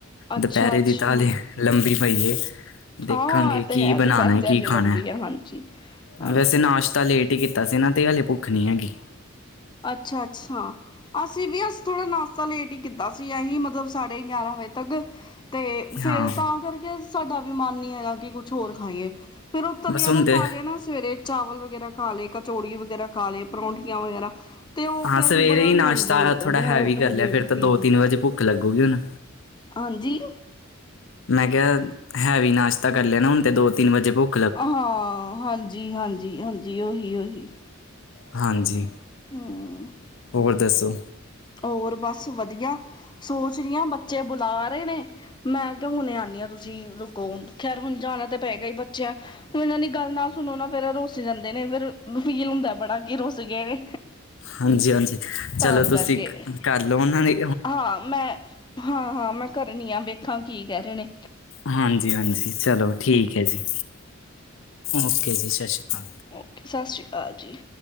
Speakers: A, on the left; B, on the left.
A: ਅੱਛਾ
B: ਦੁਪੈਰੇ
A: ਅੱਛਾ
B: ਦੀ ਤਾ ਹਲੇ ਲੰਬੀ ਪਈ ਏ। ਦੇਖਾਂਗੇ
A: ਹਾਂ ਇਹ ਤਾਂ
B: ਕੀ
A: ਹੈ
B: ਬਣਾਨਾ
A: ਦੁਪਹਿਰ
B: ਏ,
A: ਤੇ
B: ਕੀ
A: ਅਜੇ
B: ਖਾਣਾ
A: ਲੰਬੀ ਹੈ ਹਾਂਜੀ ਹਾਂਜੀ
B: ਐਂ ਵੈਸੇ ਨਾਸ਼ਤਾ
A: ਹਾਂਜੀ
B: ਲੇਟ ਈ ਕੀਤਾ ਸੀ ਨਾ ਤੇ ਅ ਲੇ ਭੁੱਖ ਨੀ ਹੈਗੀ।
A: ਅੱਛਾ -ਅੱਛਾ। ਅਸੀਂ ਵੀ ਅਜ ਥੋੜਾ ਨਾਸ਼ਤਾ ਲੇਟ ਹੀ ਕੀਤਾ ਸੀ, ਅਹੀ ਮਤਲਬ ਸਾਡੇ ਗਿਆਰਾਂ ਵਜੇ ਤੱਕ ਤੇ ਫਿਰ
B: ਹਾਂ
A: ਤਾਂ ਕਰਕੇ ਸਾਡਾ ਵੀ ਮਨ ਨੀ ਹੈਗਾ, ਕਿ ਕੁਛ ਹੋਰ ਖਾਈਏ। ਫਿਰ ਉ ਤਲਿਆ
B: ਬਸ ਹੁਣ
A: ਦਾ
B: ਤੇ
A: ਖਾ ਲਿਆ ਨਾ, ਸਵੇਰੇ ਚਾਵਲ ਵਗੈਰਾ ਖਾ ਲਏ ਕਚੋੜੀ ਵਗੈਰਾ ਖਾ ਲਏ ਪਰੌਂਠੀਆਂ ਵਗੈਰਾ। ਤੇ ਉ
B: ਹਾਂ
A: ਫਿਰ
B: ਸਵੇਰੇ
A: ਬੜਾ
B: ਹੀ ਨਾਸ਼ਤਾ
A: ਹੈਵੀ ਜੇਆ ਲੱਗਦਾ
B: ਥੋੜ੍ਹਾ
A: ਬੜਾ
B: ਹੈਵੀ ਕਰ
A: ਹੈਵੀ-ਹੈਵੀ
B: ਲਿਆ ਫਿਰ ਤਾਂ
A: ਫੀਲ
B: ਦੋ ਤਿੰਨ
A: ਹੁੰਦਾ।
B: ਵਜੇ ਭੁੱਖ ਲੱਗੂਗੀ ਹੁਣ
A: ਆਂਜੀ
B: ਮੈਂ ਕੇਆ ਹੈਵੀ ਨਾਸ਼ਤਾ ਕਰ ਲਿਆ, ਨਹੁਣ ਤਾਂ ਦੋ ਤਿੰਨ ਵਜੇ ਭੁੱ
A: ਹਾਂ ਹਾਂਜੀ- ਹਾਂਜੀ- ਹਾਂਜੀ ਓਹੀ- ਓਹੀ।
B: ਹਾਂਜੀ
A: ਹੂੰ।
B: ਹੋਰ ਦੱਸੋ?
A: ਹੋਰ ਬਸ ਵਦੀਆ, ਸੋਚ ਰਈ ਆਂ, ਬੱਚੇ ਬੁਲਾ ਰਏ ਨੇ ਮੈਂ ਕਿਆ ਹੁਨੇ ਆਂਨੀ ਆਂ, ਤੁਸੀਂ ਰੁਕੋ, ਖੈਰ ਹੁਨ ਜਾਣਾ ਤਾਂ ਪਏਗਾ ਈ ਬੱਚਿ ਓਨਾਂ ਦੀ ਗੱਲ ਨਾ ਸੁਨੋ ਨਾ, ਫਿਰ ਰੁੱਸ ਜਾਂਦੇ ਨੇ, ਫਿਰ ਫੀਲ ਹੁੰਦਾ ਬੜਾ ਕਿ ਰੁੱਸ ਗਏ ਨੇ।
B: ਹਾਂਜੀ- ਹਾਂਜੀ,
A: ਤਾਂ
B: ਚਲੋ ਤੁਸੀ
A: ਕਰਕੇ
B: ਕਰਲੋ ਉਨਾਂ ਲਈ
A: ਹਾਂ ਮੈਂ, ਹਾਂ- ਹਾਂ ਮੈਂ ਕਰਨੀ ਆਂ, ਵੇਖਾਂ ਕੀ ਕੇਹ ਰਏ ਨੇ।
B: ਹਾਂਜੀ- ਹਾਂਜੀ, ਚਲੋ ਠੀਕ ਐ ਜੀ, ਓਕੇ ਜੀ, ਸ਼ਸੀ ਕਾਲ।
A: ਓਕੇ, ਸਸ ਸ੍ਰੀ ਕਾਲ ਜੀ।